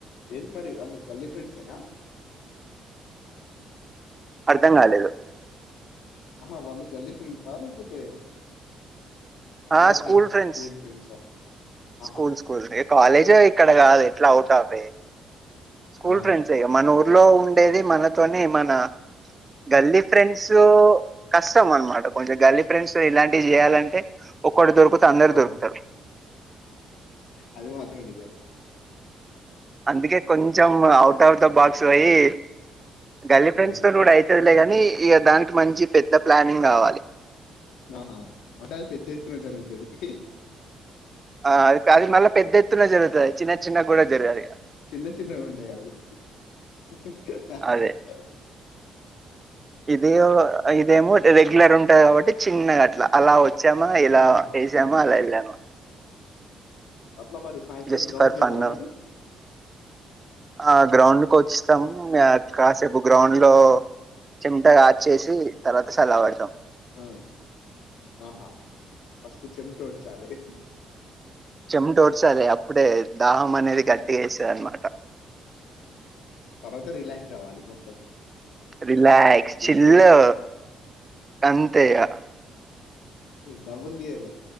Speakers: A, on the left; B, on the right.
A: ఏది మరి వాళ్ళు గల్లీ ఫ్రెండ్స్ ఏనా
B: అర్ధం కాలేదు
A: ఆహా వాళ్ళు గల్లీ ఫ్రెండ్స్ ఆ లేకపోతే కాలేజ్
B: ఆ
A: ఫ్రెండ్సా
B: ఫ్రెండ్స్
A: స్కూల్ ఫ్రెండ్సా ఆహా!
B: స్కూల్ స్కూల్ ఏ కలేజె ఇక్కడ కాదు ఎట్లా అవుట్ ఆఫే స్కూల్
A: ఆ!
B: ఫ్రెండ్స్ ఇగ మన ఊర్లో ఉన్ తెరిగేది మనతోనే మన గల్లీ ఫ్రెండ్స్ కష్టం అనమాట కొంచెం గల్లీ ఫ్రెండ్స్ ఇలాంటివి చేయాలంటే ఓ ఒకడు దొరుకుతె అందరు
A: ఆహా!
B: దొరుకుతారు
A: అది మాత్రం నిజమే
B: అందుకే కొంచెం ఔట్ ఆఫ్ ద బాక్స్ అయ్యి గల్లీ ఫ్రెండ్స్
A: ఆ!
B: తోని కూడా అయితేలేగాని ఇగ దానికి మంచి పెద్ద ప్లానింగ్ కావాలి
A: ఆహా అదే పెద్ద <unintelligible> జరుగుతది
B: ఆ అ అది మళ్ళీ పెద్ద ఎత్తున జరుగుతది చిన్న చిన్న కూడా జరుగాదు ఇగ
A: చిన్న చిన్నగా ఉంటయి అవి మ్మ్ హు
B: అదే ఇది ఇదేమో రెగ్యులర్ ఉంటది కాబట్టి చిన్నగా అట్లా అలా వచ్చు చ్చమా ఇలా
A: హుహు.
B: ఏసమా అలా ఎల్లామా
A: అట్లమరి సాయంత్రం
B: జస్ట్
A: గ్రౌండ్
B: ఫర్
A: కెళ్తారా
B: ఫన్
A: మరి
B: ఆ గ్రౌండ్కి వచ్చినాము కాసేపు గ్రౌండ్ లో చెమటా ఆచేసి తర్వాత సళ్ళ పడ్డం
A: మ్మ్ హ్మ్ హు ఫస్ట్ చెమటోడ్చలి
B: చెముటోడ్చాలి అప్పుడే దాహం అనేది గట్టిగా ఎస్తది అనమాట
A: తర్వాత రిలక్స్ అవ్వాలి మో
B: రిలాక్స్ చిల్లు
A: కూలి.
B: గంతే ఇగ
A: డబ్బల్ దియాలే